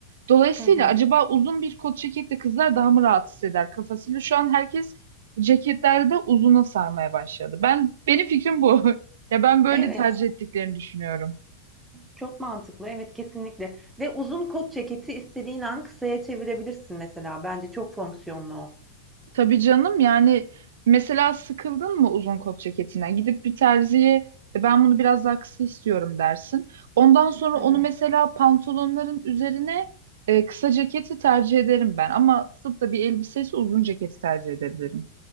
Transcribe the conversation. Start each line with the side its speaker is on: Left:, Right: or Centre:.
Right: Dolayısıyla
Centre: Hı hı.
Right: acaba uzun bir kot ceketle kızlar daha mı rahat hisseder kafasıyla? Şu an herkes ceketlerde uzuna sarmaya başladı. Ben benim fikrim bu. <laughs> Ya ben böyle
Centre: Evet.
Right: tercih ettiklerini düşünüyorum.
Centre: Çok mantıklı. Evet, kesinlikle. Ve uzun kot ceketi istediğin an kısaya çevirebilirsin mesela. Bence çok fonksiyonlu o.
Right: Tabii canım yani mesela sıkıldın mı uzun kot ceketinden? Gidip bir terziye "E, ben bunu biraz daha kısa istiyorum dersin. Ondan sonra
Centre: Hı
Right: onu
Centre: hı.
Right: mesela pantolonların üzerine e, kısa ceketi tercih ederim ben. Ama tutup da bir elbisesi uzun ceketi tercih edebilirim.